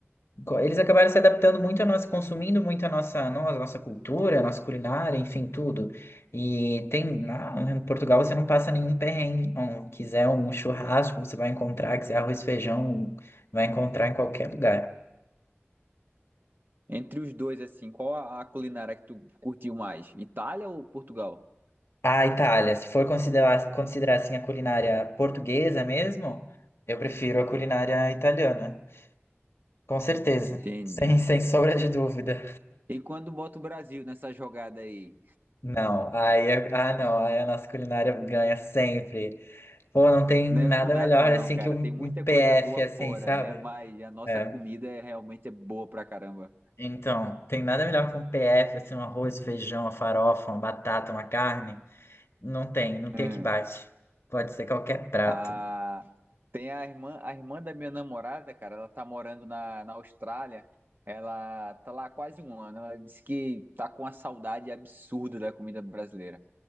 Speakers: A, on the left; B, on the right.
A: co- eles acabaram se adaptando muito a nossa, consumindo muito a nossa, no- a nossa cultura, a nossa culinária, enfim, tudo. E tem, lá em Portugal você não passa nenhum perrengue, não. Quiser um churrasco, você vai encontrar, quiser arroz e feijão, vai encontrar em qualquer lugar.
B: Entre os dois, assim, qual a a culinária que tu curtiu mais? Itália ou Portugal?
A: A Itália, se for considerar, considerar assim a culinária portuguesa mesmo, eu prefiro a culinária italiana. Com certeza,
B: Entendi.
A: <laughs> sem, sem sombra de dúvida.
B: E quando bota o Brasil nessa jogada aí?
A: Não, aí é- ah não, aí a nossa culinária ganha sempre. Pô, não tem
B: Não
A: nada
B: é por nada
A: melhor
B: não,
A: assim
B: cara.
A: que um,
B: Tem muita
A: um PF
B: coisa boa
A: assim,
B: fora,
A: sabe?
B: né? Mas a nossa
A: É.
B: comida é, realmente é boa pra caramba.
A: Então, tem nada melhor que um PF, assim, um arroz, feijão, uma farofa, uma batata, uma carne. Não tem, não
B: Hum.
A: tem o que bate. Pode ser qualquer prato.
B: Ah, tem a irmã, a irmã da minha namorada, cara. Ela tá morando na, na Austrália. Ela tá lá há quase um ano. Ela disse que tá com uma saudade absurda da comida brasileira.